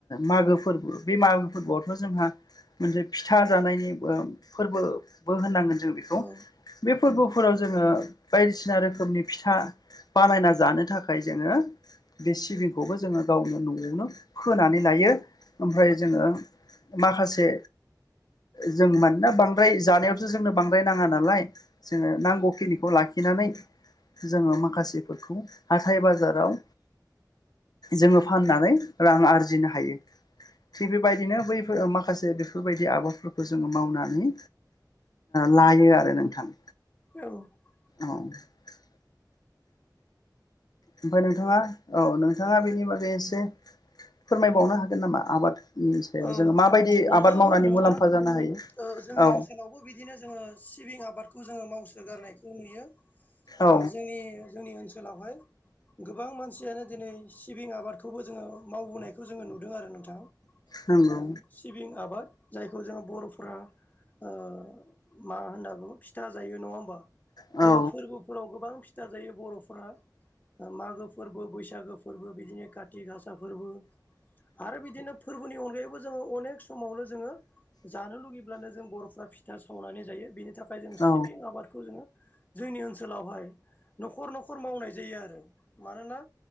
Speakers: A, on the left; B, on the left.
A: मागो फोरबो बे मागो फोरबो फोरबोआवथ' जोंहा मोनसे फिथा जानायनि फोरबोबो होननांगोन। जों बेखौ
B: औ
A: बे फोरबोफोराव जोङो बायदिसिना रोखोमनि फिथा बानायना जानो थाखाय जोङो बे सिबिंखौबो जोङो गावनो न'आवनो फोनानै लायो ओमफ्राय जोङो माखासे जों मानोना बांद्राय जानायावथो जोंनो बांद्राय नाङा नालाय जोङो नांगौखिनिखौ लाखि लाखिनानै जोङो माखासेफोरखौ हाथाय बाजाराव जोङो फाननानै रां आरजिनो हायो। थिग बेबायदिनो बैफोर माखासे बेफोरबायदि आबादफोरखौ जोङो मावनानै लायो आरो नोंथां
B: औ औ।
A: औ । ओमफ्राय नोंथाङा औ नोंथाङा बेनि बागै एसे फोरमायबावनो हागोन नामा आबाद सायाव
B: औ
A: जोङो माबायदि
B: नोंगौ
A: मावनानै
B: नोंथां
A: मुलाम्फा जानो
B: ओम
A: हायो
B: ओ जोंनि
A: औ
B: ओनसोलावबो बिदिनो जोङो सिबिं आबादखौ जोङो मावसो गारनायखौ नुयो । ओ
A: औ
B: जोंनि जोंनि ओनसोलावहाय । गोबां मानसियानो दिनै सिबिं आबादखौबो जोङो मावबोनायखौ जोङो नुदों आरो नोंथां।
A: नंगौ
B: औ सिबिं आबाद जायखौ जोङो बर'फ्रा ओ मा होनना बुङो फिथा जायो नङा होमबा?
A: औ
B: जोङो फोरबोफोराव गोबां फिथा जायो बर'फोरा। मागो फोरबो, बैसागो फोरबो बिदिनो काति गासा फोरबो आरो बिदिनो फोरबोनि उन गायैबो जोङो अनेक समावनो जोङो जानो लुुबैब्लानो जों बर'फ्रा फिथा सावनानै जायो बेनि थाखाय जों सिबिं
A: औ
B: आबादखौ जोङो जोंनि ओनसोलावहाय न'खर न'खर मावनाय जायो आरो मानोना